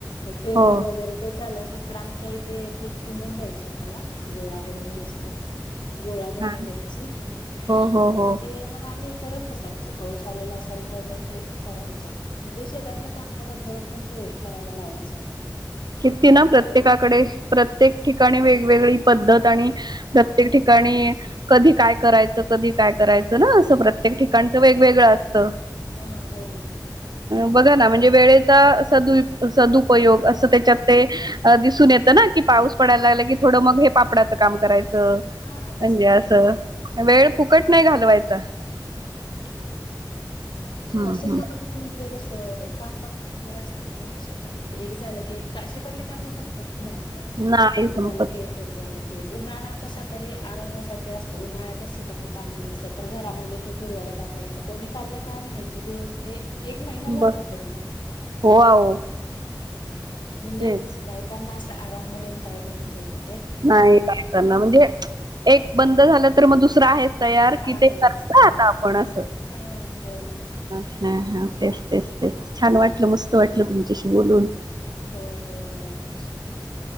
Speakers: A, on the left (about 85°); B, on the right (about 65°).
A: मग पेरणी
B: हो
A: वगैरे ते चालू असेल तर, आमच्या इथे पीठ टिंबून द्यायचे आम्हाला. गोळा बनवून द्यायची त्याचं गोळा बनवून
B: हा
A: द्यायची
B: हो हो
A: आणि
B: हो
A: ते मग आम्ही करत बसायच पाऊस आलेला असेल तर, मग ते करायचं म्हणजे शेतातलं काम बघत बघत पण ते ते करायला लावायच आम्हाला.
B: किती
A: त्याच
B: ना प्रत्येका
A: काय
B: कडे प्रत्येक ठिकाणी वेगवेगळी पद्धत आणि प्रत्येक
A: हा
B: ठिकाणी कधी काय करायचं कधी काय करायचं ना असं? प्रत्येक ठिकाणच
A: हो
B: वेगवेगळं असत.
A: हा हो ना
B: बघा ना म्हणजे, वेळेचा सद -सदुपयोग असं त्याच्यात ते दिसून येतं ना की, पाऊस पडायला लागला कि थोड मग हे पापडचं काम करायचं.
A: हा तसंच
B: म्हणजे,
A: करायचंय
B: असं वेळ
A: हो
B: फुकट नाही घालवायचा.
A: हा. आणि
B: हम्म
A: शेतामध्ये
B: हम्म
A: म्हणजे कसं काम पण भरपूर असतं. <unintelligible> शेतामध्ये एक झालं की शेतातले काम संपत नाहीत
B: नाही
A: एक
B: संपत
A: झालं ग एक झालं उन्हाळा कसा तरी आरामासाठी असतो उन्हाळ्यातच शेतातले कामं नसत्या तर घरामध्ये ते करू वाटत <unintelligible> कोणी खाल्लय काय माहितीय दिवस ते एक महिना जात
B: ब
A: पूर्ण
B: हो आहो
A: म्हणजे
B: तेच
A: बायकांना असं आराम म्हणून काय नाहीचं आहे कु
B: नाहीना बायकांना म्हणजे एक बंद झालं तर मग दुसरं आहेच तयार की
A: आहेच
B: ते करता आता आपण अस
A: हा हो ना
B: ह- ह- ह तेच तेच तेच छान वाटलं मस्त वाटलं तुमच्याशी बोलून
A: हो हो मला पण